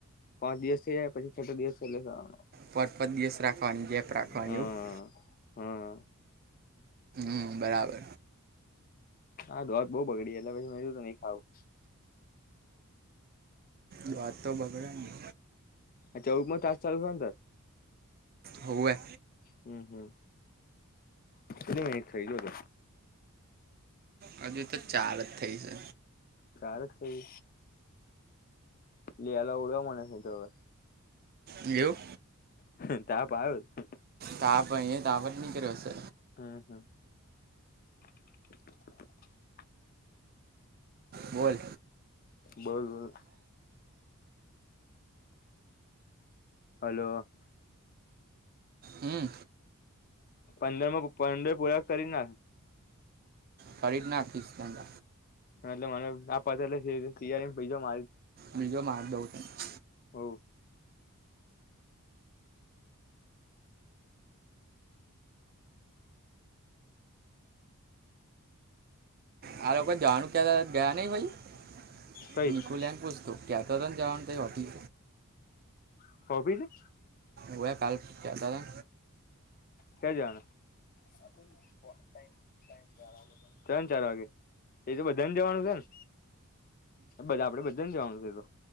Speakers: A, on the left; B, on the right.
A: પાંચ દિવસ થઈ જાય પછી છઠ દિવસ એલે <unintelligible>
B: પાંચ પાંચ દિવસ રાખવાની ગેપ રાખવાની
A: હમ.
B: એવું.
A: હમ
B: હમ્મ બરાબર.
A: હા ધોધ બહું બગડી એટલે પછી મે નહી ખાવું.
B: દાંત તો બગડે ને.
A: આ ચૌદમો તાસ ચાલુ થયો ને તાર
B: હોવે.
A: હમ હમ કેટલી મિનટ થઇ જો હતું.
B: હજુ તો ચાર જ થઈ છે.
A: ચાર જ થઈ. લેલા ઉડ્યો મને ન તો હવે
B: ગીયો.
A: હા તા <unintelligible>
B: તા આપહીયા તાવત નની કર્યો સે.
A: હમ હમ. <inaudible>
B: બોલ.
A: બોલ બોલ. હલો.
B: હમ
A: પંદરમાં પંદર પૂરાક કરી નખ.
B: કરી નાખ <unintelligible>
A: એટલે મને આ પતે એટલે તિ તિયારીજ બિજો <unintelligible>
B: બીજો મા <unintelligible>
A: હવ
B: આ લોકો કોઈ જાનું ક્યા ગયા નહિ ભાઈ
A: કઈ
B: નખુલ એન પૂછતો. ક્યા તો રન જવાન તાય હોતી.
A: <unintelligible>
B: ઉવે કાલ કહેતા હતા.
A: ક્યા જાવાના <unintelligible> ત્રણ ચાર વાગે એ તો બધાને જવાનું છે ને. બધા આપડ બધા ને જવાનું છે એ તો.